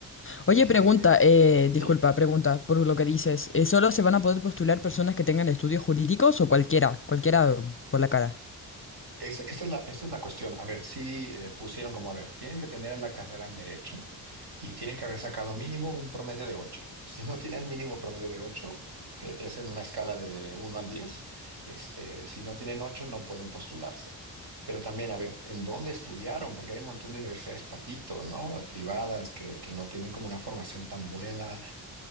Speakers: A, on the left; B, on the right.
A: Oye,
B: el
A: pregunta,
B: que...
A: eh,
B: Sí.
A: disculpa, pregunta por lo que dices. eh, ¿solo se van a poder postular personas que tengan estudios jurídicos o cualquiera? Cualquiera por la cara.
B: Es- esta es la, esta es la cuestión. A ver, si pusieron como, a ver, tienen que tener la carrera en derecho y tienen que haber sacado mínimo un promedio de ocho <laughs> Si no tienen mínimo promedio de ocho que es en una escala de uno al diez este, si no tienen 8 no pueden postularse. Pero también, a ver, ¿en dónde estudiaron? Porque hay un montón de universidades patito, ¿no? Privadas que, que no tienen como una formación tan buena